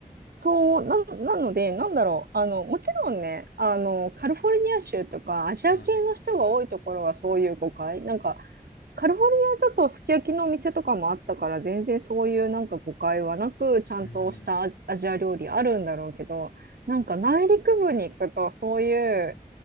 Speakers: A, on the right; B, on the left.
A: そう、な、なので、なんだろう。あの、もちろんね、あの、カリフォルニア州とかアジア系の人が多いところはそういう誤解。
B: はい。
A: なんか、カリフォルニアだとすき焼きのお店とかもあったから、全然そういうなんか誤解はなく、ちゃんとしたアジア料理あるんだろうけど、
B: うーん。
A: なんか内陸部に行くとそういう